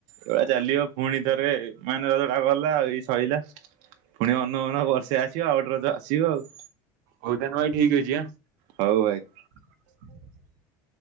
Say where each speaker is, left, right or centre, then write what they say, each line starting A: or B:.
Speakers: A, on the right (about 55°); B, on the right (about 85°).
A: ଏଇଆ ଚାଲିବ ପୁଣି ଥରେ ମାନେ ରଜଟା ଗଲା ଆଉ ଏଇ ସଇଲା। ପୁଣି ଅନଉ ଅନଉ ବର୍ଷେ ଆସିବ ଆଉ ଗୋଟେ ରଜ ଆସିବ ଆଉ।
B: ହଉ ତାହେଲେ ଭାଇ ଠିକ ଅଛି ଆଁ।
A: ହଉ ଭାଇ।
B: <unintelligible>